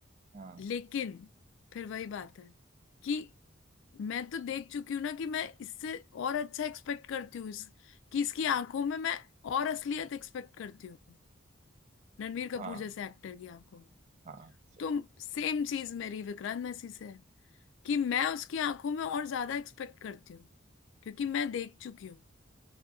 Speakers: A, on the right; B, on the left.
A: हाँ
B: लेकिन फिर वही बात है कि मैं तो देख चुकी हूँ ना कि मैं इससे और अच्छा एक्सपेक्ट करती हूँ इस कि इसकी आंखों में मैं और असलियत एक्सपेक्ट करती हूँ रणबीर कपूर
A: हाँ
B: जैसे एक्टर की आंखों में
A: हाँ सही
B: तो सेम चीज मेरी विक्रांत मैसी से है कि मैं उसकी आंखों में और ज्यादा एक्सपेक्ट करती हूँ क्योंकि मैं देख चुकी हूँ